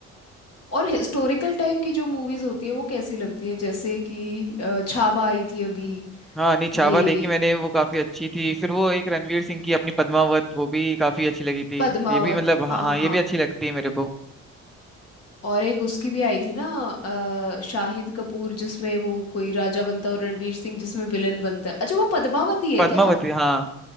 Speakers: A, on the left; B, in the centre.
A: और हिस्टोरिकल टाइप की जो मूवीज होती है वो कैसी लगती है जैसे कि अ, छावा आई थी अभी
B: हाँ नहीं चावा
A: ये
B: देखी मैंने वो काफी अच्छी थी फिर वो एक रणवीर सिंह की अपनी पद्मावत वो भी काफी अच्छी लगी थी
A: पद्मावत
B: ये भी मतलब हाँ
A: हाँ
B: हाँ,
A: हाँ
B: ये भी अच्छी लगती है मेरे को
A: और एक उसकी भी आई थी ना अ, शाहिद कपूर जिसमें वो कोई राजा बनता है और रणवीर सिंह जिसमें विलन बनता है अच्छा वो पद्मावती है
B: पद्मावती
A: क्या
B: हाँ